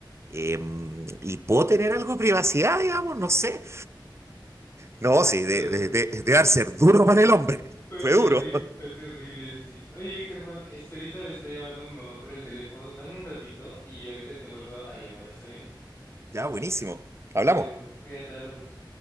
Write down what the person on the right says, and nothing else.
em, ¿y puedo tener algo de privacidad, digamos? No sé. No, sí,
de, de, de, de dar ser duro para el hombre,
fue
duro.
Ya, buenísimo. Hablamos.